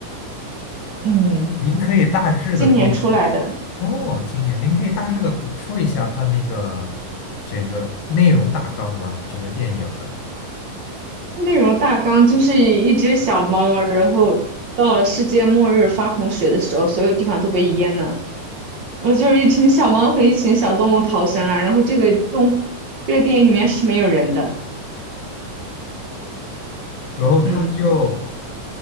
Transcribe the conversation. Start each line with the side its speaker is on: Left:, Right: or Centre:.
Right: 嗯
Left: 您可以大致的告
Right: 今年出来的。
Left: 哦，今年您可以大致的说一下它那个
Right: 嗯。
Left: 整个内容大纲吗？整个电影的，
Right: 内容大纲就是一只小猫，然后到了世界末日发洪水的时候，所有地方都被淹了，然后就是一群小猫和一群小动物逃生啊。然后这个动，这个电影里面是没有人的，
Left: 然后它就
Right: 嗯，